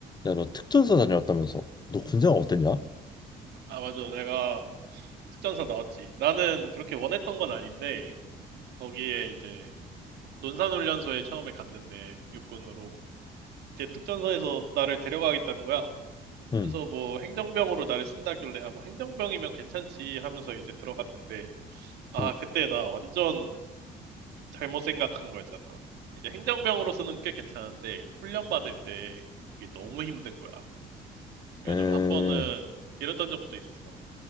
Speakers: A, on the left; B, on the right.
A: 야, 너 특전사 다녀왔다면서? 너 군생활 어땠냐?
B: 아, 맞아. 내가 특전사 나왔지. 나는 그렇게 원했던 건 아닌데, 거기에 이제 논산훈련소에 처음에 갔는데, 육군으로. 이제 특전사에서 나를 데려가겠다는 거야.
A: 응,
B: 그래서 뭐 행정병으로 나를 쓴다길래, 아, 뭐 행정병이면 괜찮지 하면서 이제 들어갔는데, 아,
A: 응,
B: 그때 나 완전 잘못 생각한 거였잖아. 이제 행정병으로서는 꽤 괜찮은데, 훈련 받을 때 이게 너무 힘든 거야. 그래가지고
A: 에,
B: 한 번은 이랬던 적도 있었어.